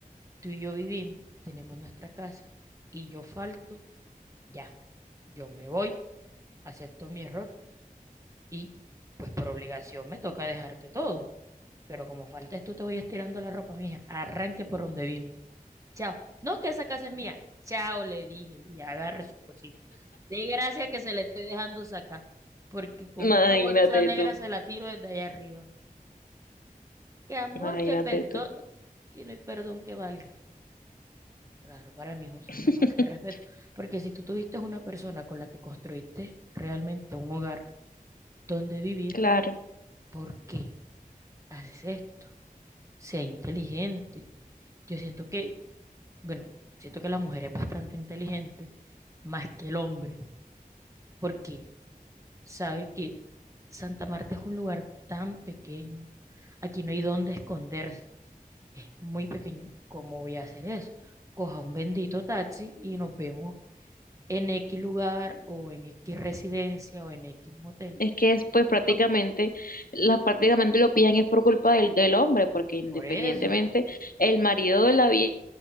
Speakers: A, on the right; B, on the left.
A: Tú y yo vivimos, tenemos nuestra casa y yo falto, ya, yo me voy, acepto mi error y pues por obligación me toca dejarte todo. Pero como faltas tú, te voy estirando la ropa, mija. Arranque por donde vino. Chao. No, que esa casa es mía. Chao, le dije y agarre sus cositas. De gracia que se le estoy dejando sacar, porque con
B: Imagínate
A: una bolsa negra
B: tú,
A: se la tiro desde allá arriba. Que amor,
B: imagínate
A: que perdón,
B: tú.
A: que no hay perdón que valga. Claro, para mí eso es
B: <laughs>
A: una falta de respeto, porque si tú tuviste una persona con la que construiste realmente un hogar donde vivir,
B: Claro.
A: ¿por qué haces esto? Sea inteligente. Yo siento que, bueno, siento que la mujer es bastante inteligente, más que el hombre, porque sabe que Santa Marta es un lugar tan pequeño, aquí no hay dónde esconderse, es muy pequeño. ¿Cómo voy a hacer eso? Coja un bendito taxi y nos vemos en X lugar o en X residencia o en X motel.
B: Es que es pues prácticamente,
A: Y no,
B: la, prácticamente lo pillan es por culpa del, del hombre, porque independientemente
A: por eso,
B: el marido de la vieja